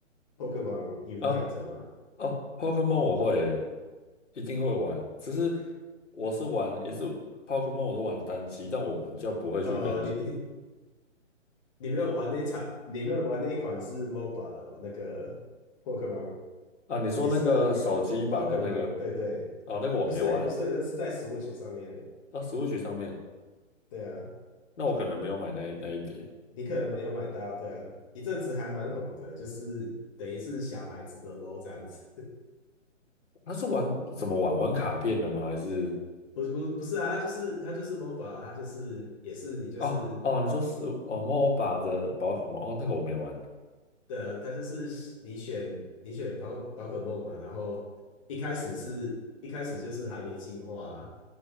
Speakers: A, on the left; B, on the left.
A: Pokemon Unite
B: 哦
A: 吗？
B: 哦，Pokemon 我会耶，一定会玩，只是我是玩也是 Pokemon 我都玩单机，但我不叫不会去跟，
A: 呃，你你没有玩那一场，
B: 因为
A: 你没有玩那一款是 MOBA 的哦，那个 Pokemon
B: 啊，你说那个手机版的那个，
A: 也是宝可梦，对对，
B: 哦，那个我没玩
A: 不是欸不是欸，那是在 Switch 上面的，
B: 啊，Switch 上面，
A: 对啊，
B: 那我可能没有买那一那一碟。
A: 你可能没有买到，对啊，一阵子还蛮红的，就是等于是小孩子的 LO 这样子，
B: 它是玩怎么玩？玩卡片的吗？还是
A: 不是不不是啊，它就是它就是 MOBA，它就是也是你就是
B: 哦哦？你说是哦，MOBA 的宝可梦哦，那个我没玩。
A: 对啊，它就是你选你选宝宝可梦嘛，然后一开始是一开始就是还没进化啊，